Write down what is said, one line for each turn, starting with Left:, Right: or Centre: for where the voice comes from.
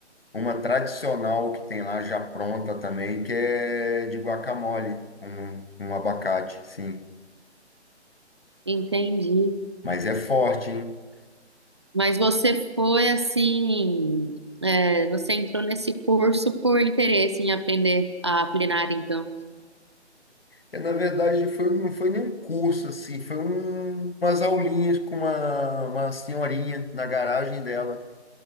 Left: uma tradicional que tem lá já pronta também, que é de guacamole, um, um abacate, sim.
Right: entendi.
Left: Mas é forte, hein?
Right: Mas você foi assim, é, você entrou nesse curso por interesse em aprender a culinária, então.
Left: É, na verdade, foi, não foi nem um curso, assim, foi um- umas aulinhas com uma, uma senhorinha na garagem dela.